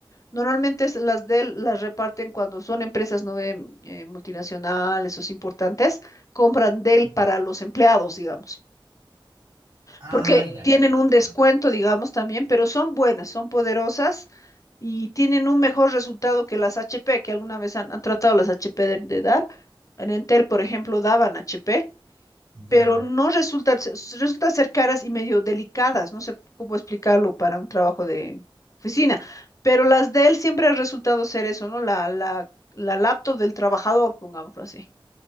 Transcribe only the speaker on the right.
sí.
Ah,
ya,
ya.
Chao.
Ya.